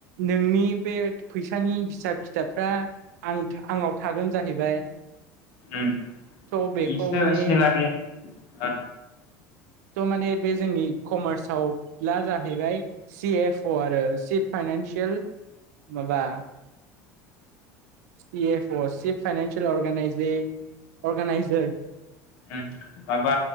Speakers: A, on the right (about 80°); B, on the left (about 70°).
A: नोंनि बे फैसानि हिसाब खिथाबफ्रा आंथ आंनाव थागोन जाहैबाय।
B: उम,
A: थ' बेखौ
B: इसो
A: माने
B: <unintelligible> ओ
A: स' माने बे जोंनि कमार्सआव ला जा हैबाय। सि एफ अ आरो सि फाइनानसियेल माबा सि एफ अ सिप फाइनसियेल अगजे अर्गानाइजार
B: ओं माबा